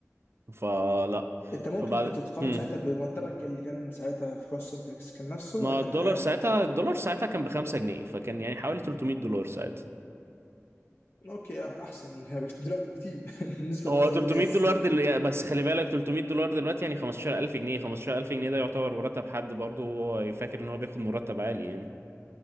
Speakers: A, on the right (about 55°); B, on the left (about 45°).
A: فلا
B: انت ممكن
A: فبعد
B: كنت تقارنه
A: هم.
B: ساعتها بمرتبك اللي كان ساعتها في كونسنتريكس كان نفسه
A: ما
B: ولا كان
A: الدولار
B: اقل
A: ساعتها
B: او اكتر
A: الدولار ساعتها كان ب 5 جنيه فكان يعني حوالي 300 دولار ساعتها
B: اوكي اه احسن من هنا بكتير- دلوقتي بكتير <laughs> بالنسبه
A: هو
B: لمعظم
A: 300
B: الناس
A: دولار دل... بس خلي بالك 300 دولار دلوقتي يعني 15000 جنيه 15000 جنيه ده يعتبر مرتب حد برضه هو فاكر ان هو بياخد مرتب عالي يعني